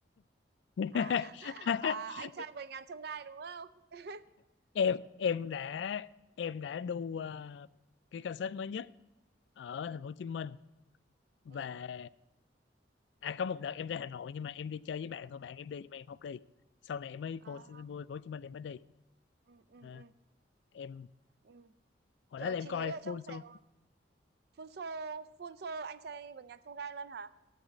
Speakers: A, on the left; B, on the right.
A: <laughs>
B: à, <laughs> à anh trai vầy ngàn chông gai đúng không <laughs>
A: em em đã em đã đu ờ, cái concert mới nhất ở
B: ừ
A: thành phố Hồ Chí Minh và
B: ừ
A: à có một đợt em ra Hà Nội nhưng mà em đi chơi với bạn thôi bạn em đi nhưng mà em không đi sau này em mới
B: à
A: vô, vô, vô Hồ Chí Minh em mới đi
B: ừ ừ
A: à,
B: ừ
A: em
B: ừ
A: hồi
B: trời
A: đó là em
B: chị
A: coi
B: thấy ở
A: full
B: trong
A: show
B: Sài Gòn phun xô phun xô anh trai vượt ngàn chông gai luôn hả